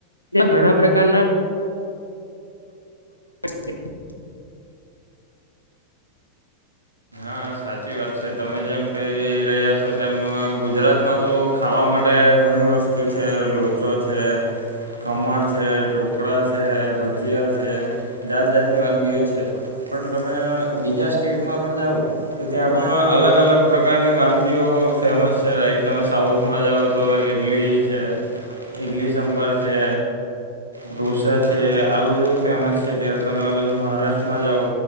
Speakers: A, on the left; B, on the right.
A: ત્યાં ઘણા પ્રકારના <inaudible>
B: હા સાચી વાત છે, તમે જેમ કહી રહ્યા છો તેમ ગુજરાતમાં તો ખાવા માટે ઘણી વસ્તુ છે, લોચો છે. ખમણ છે, ઢોકળા છે, ભજીયા છે, જાત જાતની વાનગીઓ છે. પણ તમે બીજા સ્ટેટમાં પણ જાઓ તો ત્યાં પણ અલગ અલગ પ્રકારની વાનગીઓ ફેમસ છે, લાઈક તમે સાઉથ માં જાવો તો ઈડલી છે, ઈડલી સાંભર છે. ઢોસા છે, આ બધું ફેમસ છે, ત્યારે તમે આ બધું મહારાષ્ટ્રમાં જાઓ